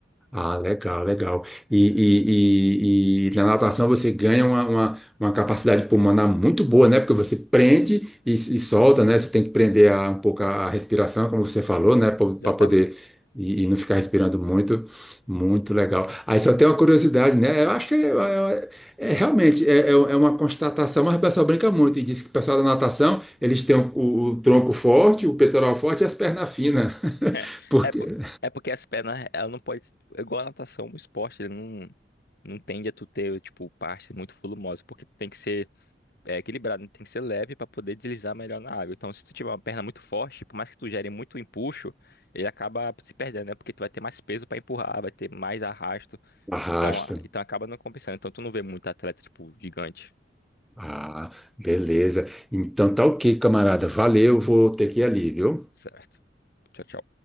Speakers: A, in the centre; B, on the left.
A: Ah, legal, legal. E, e- e- e na natação você ganha uma, uma, uma capacidade pulmonar muito boa, né? Porque você prende e, e solta, né? Você tem que prender a- um pouco a, respiração, como você falou, né? Para
B: Exatamente.
A: poder e, e não ficar respirando muito. Muito legal. Aí só tem uma curiosidade, né? Eu acho que é, é- é é realmente é, é é uma constatação, mas o pessoal brinca muito e diz que o pessoal da natação eles têm o, o tronco forte, o peitoral forte e as pernas finas.
B: <laughs>
A: <laughs> Porque
B: É, po- é porque as pernas, ela não pode, igual a natação, o esporte, ele não, não tende a tu ter, tipo, partes muito volumosas, porque tu tem que ser é equilibrado, né? tem que ser leve para poder deslizar melhor na água. Então, se tu tiver uma perna muito forte, por mais que tu gere muito empuxo, ele acaba se perdendo, né? Porque tu vai ter mais peso para empurrar, vai ter mais arrasto.
A: arrasta.
B: Então, a- então acaba não compensando. Então, tu não vê muito atleta, tipo, gigante.
A: Ah, beleza. Então tá ok, camarada. Valeu, vou ter que ir ali, viu?
B: Certo. Tchau, tchau.